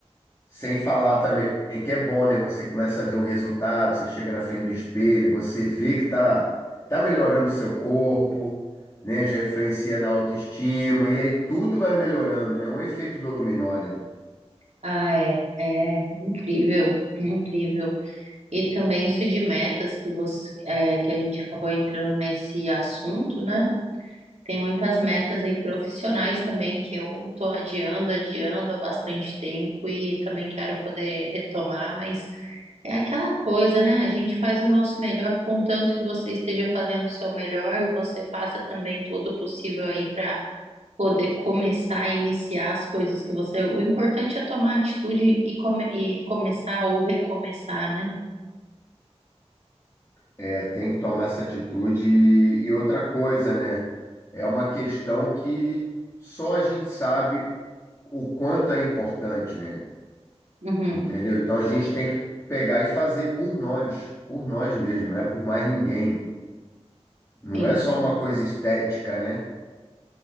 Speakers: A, on the left; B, on the right.
A: Sem falar também que é bom, né? Você começa a ver o resultado, você chega na frente do espelho, você vê que tá, tá melhorando o seu corpo, né? Já influencia na autoestima, e aí tudo vai melhorando, né? Um efeito dominó, né?
B: Ah, é, é incrível, incrível. E também isso de metas que você, é, que a gente acabou entrando nesse assunto, né? Tem muitas metas aí profissionais também que eu tô adiando, adiando há bastante tempo e também quero poder retomar, mas É aquela coisa, né? A gente faz o nosso melhor, contanto que você esteja fazendo o seu melhor e você faça também todo o possível aí para poder começar a iniciar as coisas que você. O importante é tomar atitude e, come- e começar ou recomeçar, né?
A: É, tem que tomar essa atitude. E, e outra coisa, né? É uma questão que só a gente sabe o quanto é importante, né?
B: Uhum.
A: Entendeu? Então a gente tem que pegar e fazer por nós, por nós mesmos, não é por mais ninguém. Não
B: Sim,
A: é só uma coisa estética, né?